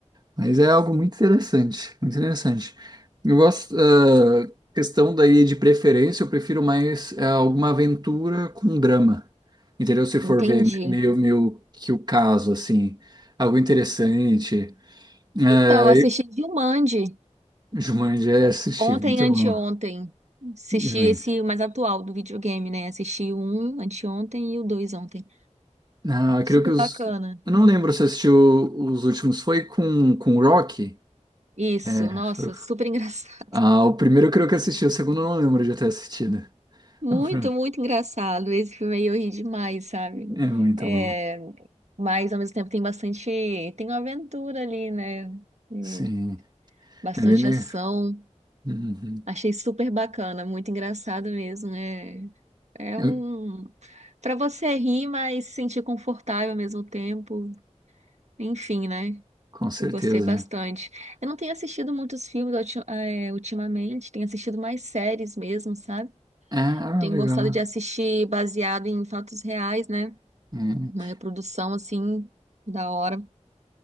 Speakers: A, on the right (about 35°); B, on the right (about 65°).
A: Mas é algo muito interessante, muito interessante. Eu gosto, ah, questão daí de preferência, eu prefiro mais ah, alguma aventura com drama, entendeu? Se for
B: Entendi.
A: ver meio, meio que o caso, assim, algo interessante. É,
B: Então, eu assisti Jumanji
A: Jumanji, é, assisti,
B: ontem,
A: muito
B: anteontem.
A: bom.
B: Assisti
A: Jumanji.
B: esse mais atual do videogame, né? Assisti o um anteontem e o dois ontem.
A: Ah, eu
B: Super
A: creio que os.
B: bacana.
A: Eu não lembro se assistiu os últimos. Foi com, com o Rock?
B: Isso,
A: É,
B: nossa,
A: foi.
B: super <laughs> engraçado.
A: Ah, o primeiro eu creio que assisti, o segundo eu não lembro de ter assistido.
B: Muito,
A: Ah, foi-
B: muito engraçado. Esse filme aí eu ri demais, sabe?
A: É muito
B: É,
A: bom.
B: mas ao mesmo tempo tem bastante, tem uma aventura ali, né? É,
A: Sim.
B: Bastante
A: É bem le-
B: ação.
A: Uhum.
B: Achei super bacana, muito engraçado mesmo. É, é
A: Eu-
B: um para você rir, mas se sentir confortável ao mesmo tempo. Enfim, né?
A: Com certeza.
B: Eu gostei bastante. Eu não tenho assistido muitos filmes ulti- eh, ultimamente, tenho assistido mais séries mesmo, sabe?
A: É, ah,
B: Tenho
A: legal.
B: gostado de assistir baseado em fatos reais, né?
A: É.
B: Uma reprodução assim da hora.